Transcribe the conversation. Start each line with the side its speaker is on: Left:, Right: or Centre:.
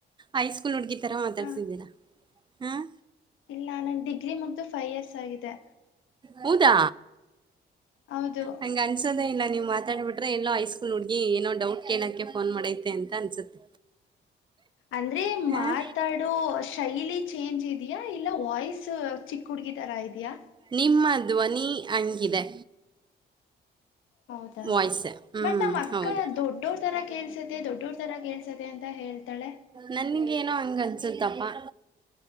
Right: ಹೈಸ್ಕೂಲ್ ಹುಡುಗಿ ಥರ ಮಾತಾಡ್ತಿದ್ದೀರಾ
Left: ಹಾ
Right: ಹಾಂ
Left: ಇಲ್ಲ ನನ್ ಡಿಗ್ರಿ ಮುಗ್ದು ಫೈವ್ ಇಯರ್ಸ್. ಆಗಿದೆ
Right: ಹೌದಾ
Left: ಹೌದು
Right: ಹಂಗ ಅನ್ಸೋದೇ ಇಲ್ಲ ನೀವು ಮತ್ತ. ಮಾತಾಬಿಟ್ರೆ ಎಲ್ಲೋ ಹಐಸ್ಕೂಲ್ ಹುಡ್ಗಿ ಏನೋ ಡೌಟ್ ಕೇಳಕ್ಕೆ ಫೋನ್ ಮಾಡೈತೆ ಅಂತ ಅನ್ಸುತ್ತೆ.
Left: ಅಂದ್ರೆ
Right: ಹ
Left: ಮಾತಾಡೋ ಶೈಲಿ. ಚೇಂಜ್ ಇದೆಯಾ ಇಲ್ಲ ವಾಯ್ಸು ಚಿಕ್ಕ ಹುಡುಗಿ ಥರ ಇದೆಯಾ.
Right: ನಿಮ್ಮ ಧ್ವನಿ ಹಂಗಿದೆ.
Left: ಹೌದಾ
Right: ವಾಯ್ಸ್ ಹ್ಮ್
Left: ಬಟ್ ನಮ್ಮ್ ಅಕ್ಕ
Right: ಹೌದು
Left: ದೊಡ್ಡೋರ್ ತರ ಕೇಳ್ಸತ್ತ ದೊಡ್ಡೋರ್. ತರ ಕೇಳ್ಸತ್ತೆ ಅಂತ ಹೇಳ್ತಾಳೆ
Right: ನನ್ಗೇನೋ ಹಂಗ ಅನ್ಸುತ್ತಪ್ಪಾ.